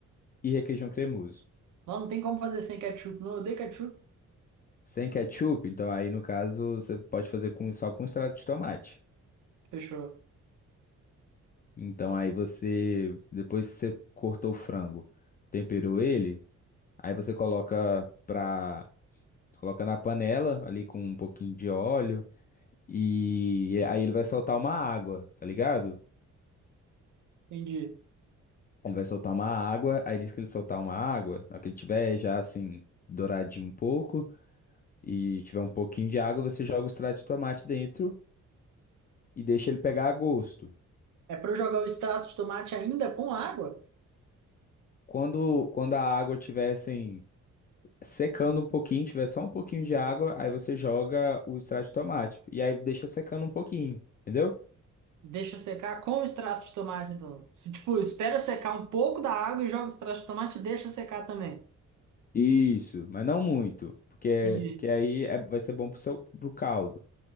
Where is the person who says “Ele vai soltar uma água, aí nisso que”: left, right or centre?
Left